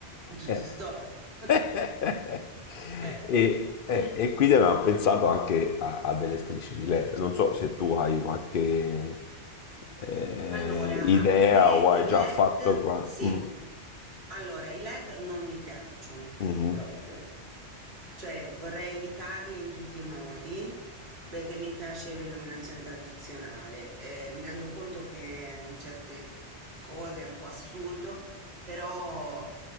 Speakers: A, on the right (about 60°); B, on the left (about 55°).
A: tutto
B: Eh.
A: storto. <laughs>
B: <laughs>
A: Eh.
B: E, eh,
A: Mh.
B: e quindi avevamo pensato anche a, a delle strisce di LED. Non so se tu hai qualche eh,
A: Allora,
B: idea
A: a me
B: o
A: i
B: hai
A: LED,
B: già fatto. qua-
A: sì,
B: Mm,
A: allora i LED non mi piacciono
B: mhm,
A: proprio, cioè vorrei evitarli in tutti i modi perché mi piace l'illuminazione tradizionale. Eh, mi rendo conto che in certe cose è un po' assurdo, però